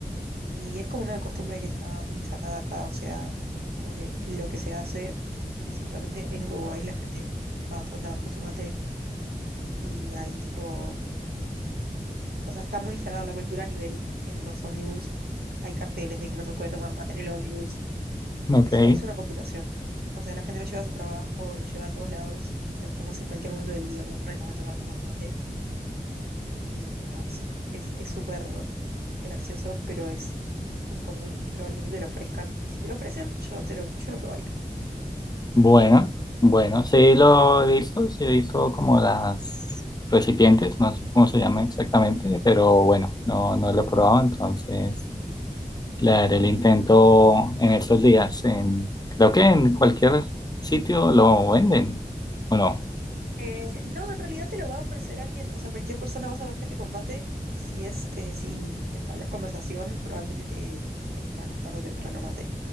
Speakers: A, on the right; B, on the left.
A: Y es como una costumbre que está muy charrada acá, o sea, es como que lo que se hace específicamente en Uruguay, la gente va a todos lados con su mate y ahí tipo o sea, está muy instalada la cultura a nivel en los ómnibus. Hay carteles de que no se puede tomar mate en el ómnibus.
B: ok.
A: Es, es una complicación. O sea, la gente lo lleva a su trabajo, lo lleva a todos lados y lo tomas en cualquier momento del día, como que no hay momento para tomar mate. Y nada, eso. Es, es súper gracioso, pero es muy común y probablemente te lo ofrezcan. Y si te lo ofrecen, yo, te lo, yo lo probaría.
B: Bueno, bueno, sí lo he visto, sí he visto como las recipientes, no sé cómo se llama exactamente, pero bueno, no, no lo he probado, entonces... Claro, el intento en estos días, en, creo que en cualquier sitio lo venden, ¿o no?
A: Eh, no, en realidad te lo va a ofrecer alguien, o sea, cualquier persona vas a ver gente con mate y si es, eh, si entablas conversación, probablemente te ofrezcan tarde o temprano mate.